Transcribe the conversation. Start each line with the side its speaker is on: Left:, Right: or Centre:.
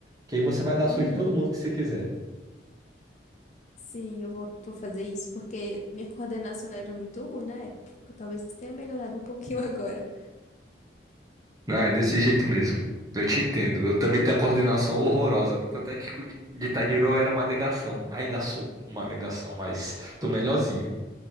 Right: Que aí você vai dar
Left: Uhum.
Right: surra em todo mundo que você quiser.
Left: Sim, eu vou, vou fazer isso, porque minha coordenação era muito ruim na época. Talvez tenha melhorado um pouquinho <laughs> agora.
Right: Não, é desse jeito mesmo. Eu te entendo. Eu também tenho a coordenação horrorosa. Tanto é que com Guitar Hero eu era uma negação. Ainda sou uma negação, mas tô melhorzinho.